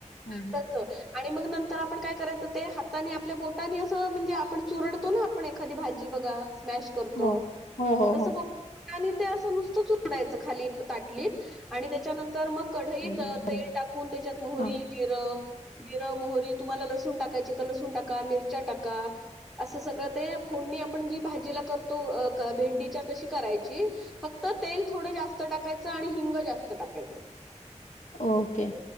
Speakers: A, on the left; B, in the centre.
A: हं, हं.
B: हा तस आणि मग नंतर आपण काय करायचं ते हातानी आपल्या बोटानी असं म्हणजे आपण चुरडतो ना आपण एखादी भाजी बघा स्मॅश करतो
A: हो. हो, हो,
B: तस
A: हो.
B: बोलो आणि ते असं नुसतं चोडायचं खाली ताटलीत आणि त्याच्यानंतर मग कढईत
A: हं, हं, हं. बरोबर.
B: तेल टाकून त्याच्यात मोहरी
A: हां.
B: जिर मोहरी तुम्हाला लसूण टाकायची तर लसूण टाका मिरच्या टाका असं सगळं ते फोडणी आपण जी भाजीला करतो भेंडीच्या तशी करायची फक्त तेल थोडं जास्त टाकायचं आणि हिंग जास्त टाकायचं
A: ओके